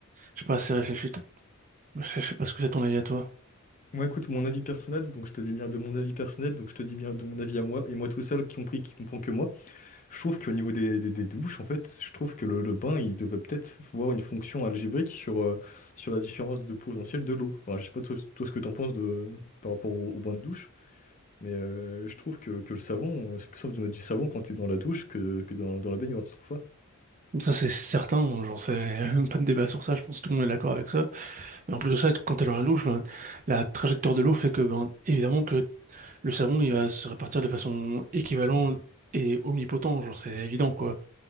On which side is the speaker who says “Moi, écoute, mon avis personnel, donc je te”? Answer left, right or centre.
Left